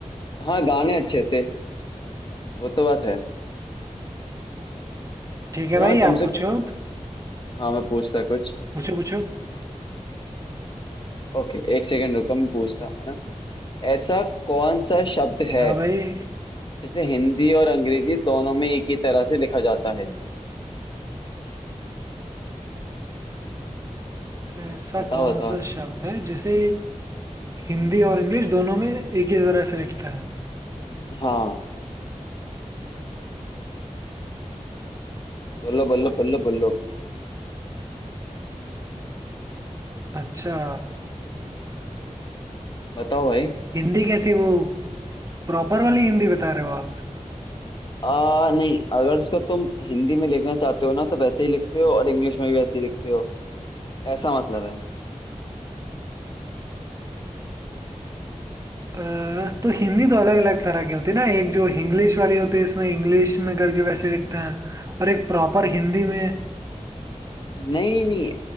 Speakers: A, on the left; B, on the right.
A: हाँ गाने अच्छे थे वो तो बात है
B: ठीक है
A: चलो
B: भाई
A: मैं तुमसे
B: आप पूछो
A: कुछ हाँ मैं पूछता कुछ
B: पूछो पूछो
A: ओके एक सेकंड रुको मैं पूछता हूँ है ना ऐसा कौन सा शब्द है
B: हाँ भाई
A: जिसे हिंदी और अंग्रेजी दोनों में एक ही तरह से लिखा जाता है
B: ऐसा
A: बताओ
B: कौन
A: बताओ
B: सा शब्द है जिसे हिंदी और इंग्लिश दोनों में एक ही तरह से लिखते हैं
A: हाँ बोलो बोलो बोलो बोलो
B: अच्छा
A: बताओ भाई
B: हिंदी कैसी वो प्रॉपर वाली हिंदी बता रहे हो आप
A: आ नहीं अगर उसको तुम हिंदी में लिखना चाहते हो ना तो वैसे ही लिखते हो और इंग्लिश में भी वैसे ही लिखते हो ऐसा मतलब है
B: अ, तो हिंदी तो अलग अलग तरह की होती है ना एक जो इंग्लिश वाली होती है इसमें इंग्लिश में करके वैसे लिखते हैं और एक प्रॉपर हिंदी में
A: नहीं नहीं